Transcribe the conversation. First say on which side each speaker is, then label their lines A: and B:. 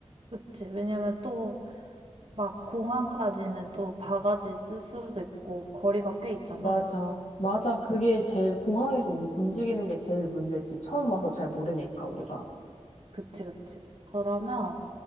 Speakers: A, on the right; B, on the left.
A: 그치. 왜냐면 또 막 공항까지는 또 바가지 쓸 수도 있고 거리가 꽤 있잖아.
B: 맞아. 맞아. 그게 제일 공항에서 운- 움직이는 게 제일 문제지. 처음 와서 잘 모르니까, 우리가.
A: 그치, 그치. 그러면